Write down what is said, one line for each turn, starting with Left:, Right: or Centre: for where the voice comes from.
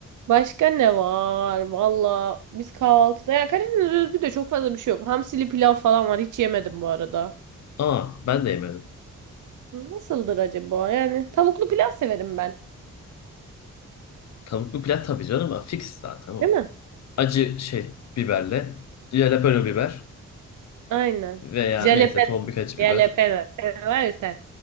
Right: Başka ne var? Valla biz kahvaltıda ya Karadeniz özgü de çok fazla bir şey yok. Hamsili pilav falan var. Hiç yemedim bu arada.
Left: Aa ben de yemedim.
Right: Nasıldır acaba? Yani tavuklu pilav severim ben.
Left: Tavuklu pilav tabii canım ama fix zaten o.
Right: Değil mi?
Left: Acı şey biberle jalapeno biber
Right: Aynen.
Left: veya
Right: Jalapeno.
Left: neyse tombik acı
Right: Jalapeno.
Left: biber.
Right: Sen var ya sen.